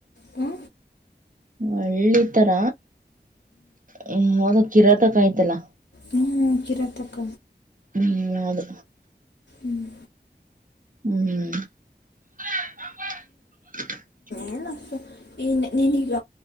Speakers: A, on the left (about 80°); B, on the right (about 50°).
A: ಹ್ಞೂ
B: ಹಳ್ಳಿ ತರ ಹ ಅದ ಕಿರಾತ ಕಾಯ್ತಲ್ಲ
A: ಹ್ಮ್ ಕಿರಾತಕ
B: ಹ್ಮ್ ಹೌದು
A: ಹ್ಮ್
B: ಹ್ಮ್ <unintelligible>
A: ಏನು ಈ ನೀನೀಗ